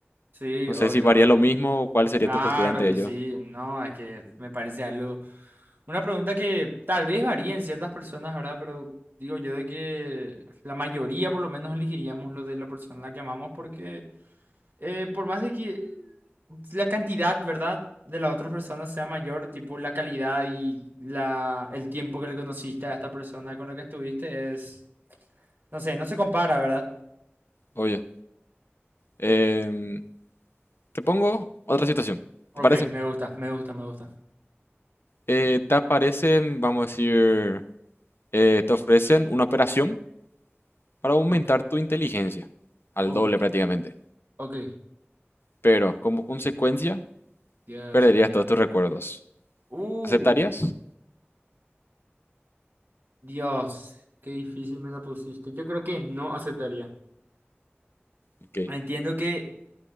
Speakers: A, on the right; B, on the left.
A: Sí,
B: No
A: obvio,
B: sé si varía
A: obvio.
B: lo mismo o cuál sería
A: Claro
B: tu postura ante
A: que
B: ello.
A: sí. No, es que me parece algo. Una pregunta que tal vez varía en ciertas personas, ¿verdad? Pero digo yo de que la mayoría por lo menos elegiríamos lo de la persona a la que amamos porque eh, por más de que la cantidad, ¿verdad? de la otra persona sea mayor, tipo la calidad y la, el tiempo que le conociste a esta persona con la que estuviste es, no sé, no se compara, ¿verdad?
B: Obvio. Em, te pongo otra situación.
A: Ok,
B: ¿Te parece?
A: me gusta, me gusta, me gusta.
B: Eh, te aparecen, vamos a decir, eh, te ofrecen una operación para aumentar
A: Ok,
B: tu inteligencia. Al
A: ok,
B: doble prácticamente.
A: ok.
B: pero como consecuencia
A: Dios,
B: perderías
A: qué miedo.
B: todos tus recuerdos.
A: Uh,
B: ¿Aceptarías?
A: Dios, qué difícil me la pusiste. Yo creo que no aceptaría.
B: Ok,
A: Entiendo que,